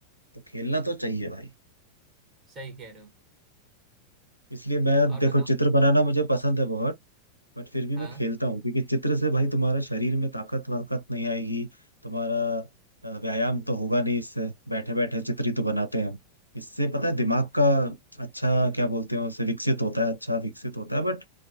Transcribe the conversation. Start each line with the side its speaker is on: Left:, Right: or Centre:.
Left: तो खेलना
Right: स-
Left: तो चाहिए भाई
Right: सही कह रहे हो
Left: इसलिए मैं
Right: और
Left: देखो
Right: बताओ
Left: चित्र बनाना मुझे पसंद है बहुत बट फिर भी
Right: हाँ
Left: मैं खेलता हूँ क्योंकि चित्र से भाई तुम्हारा शरीर में ताकत वाकत नहीं आएगी तुम्हारा अ, व्यायाम तो होगा नहीं इससे बैठे बैठे चित्र ही तो बनाते हैं हम इससे पता है दिमाग का अच्छा क्या बोलते हैं उसे विकसित होता है अच्छा विकसित होता है बट